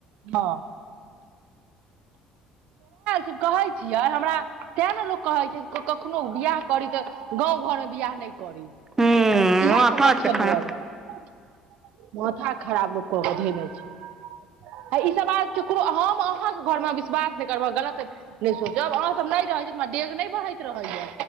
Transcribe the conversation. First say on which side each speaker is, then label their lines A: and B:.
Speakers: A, on the right (about 75°); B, on the right (about 25°).
A: हँ छी कहै छियै हमरा तैँ ने लोक कहै छै कखनो बिआह करी तऽ गाँव घरमे बियाह नहि करी
B: हूँ
A: इएह
B: माथा
A: सब लक्षण
B: छै खाना
A: दोआरे माथा खराब लोक क कऽ धेने छै ई सब बात ककरो हम अहाँके घर मे विश्वास नहि करब गलत नहि सोचब अहाँ सब नहि रा डेग नहि बढ़ैत रहैया